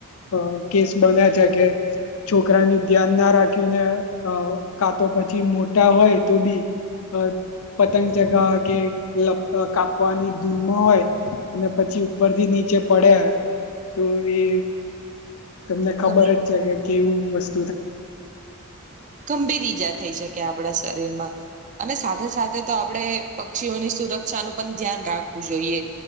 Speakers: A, on the left; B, on the right.
A: આ કેસ બનેયા છે કે છોકરાને ધ્યાન ના રાખીને કાતો પછી મોટા હોય તો બી આ પતંગ ચગાવવા કે કાપવાની ધૂનમાં હોય. ને પછી ઉપરથી નીચે પડ્યા તો એ તમને ખબર
B: ઘણી
A: જ છે કે કેવું વસ્ત
B: ગંભીર ઈજા થઈ શકે આપડા શરીર માં. અને સાથે સાથે તો આપણેે પક્ષીઓની સુરક્ષાનું પણ ધ્યાન રાખવું જોઈએ.